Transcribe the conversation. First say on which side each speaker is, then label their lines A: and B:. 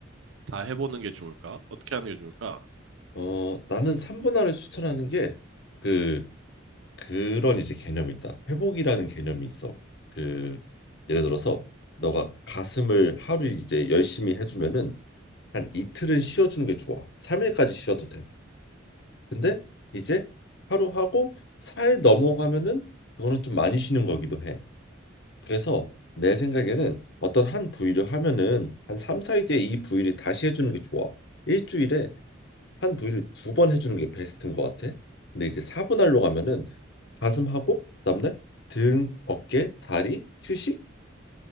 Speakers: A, on the right (about 80°); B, on the left (about 60°).
A: 다 해보는 게 좋을까? 어떻게 하는 게 좋을까?
B: 어 나는 삼분할을 추천하는 게 그 그런 이제 개념이 있다. 회복이라는 개념이 있어. 그 예를 들어서 너가 가슴을 하루 이제 열심히 해주면은 한 이틀은 쉬어주는 게 좋아. 3일까지 쉬어도 돼. 근데 이제 하루 하고 4일 넘어가면은 그거는 좀 많이 쉬는 거기도 해. 그래서 내 생각에는 어떤 한 부위를 하면은 한 3, 4일 뒤에 이 부위를 다시 해주는 게 좋아. 일주일에 한 부위를 두 번 해주는 게 베스트인 것 같아. 근데 이제 4분할로 가면은 가슴하고 그다음날 등, 어깨, 다리, 휴식,